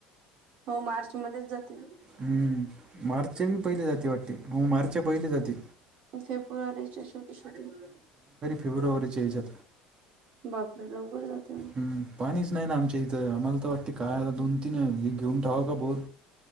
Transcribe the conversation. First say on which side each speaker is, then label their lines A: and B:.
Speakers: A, on the right; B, on the right.
A: हो मार्च मध्येच जातील
B: हम्म मार्चच्या बी पहिली जाते वाटते मग मार्चच्या पहिली जाते
A: फेब्रुवारीीचे छुटी शेवटी- शेवटी
B: फेब्रुवारी याच्यात
A: बापरे लवकर जाते मग
B: हम्म पाणीच नाही ना आमच्या इथं आम्हाला तर वाटते काय आता दोन तीन आहे हे घेऊन ठाव का बोर